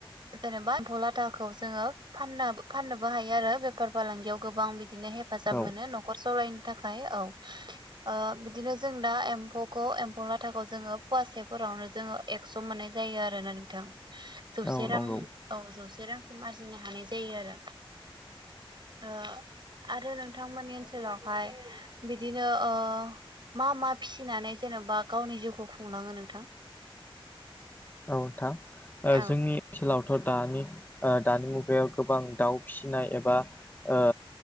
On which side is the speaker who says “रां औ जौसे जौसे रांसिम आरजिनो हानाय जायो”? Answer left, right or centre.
Right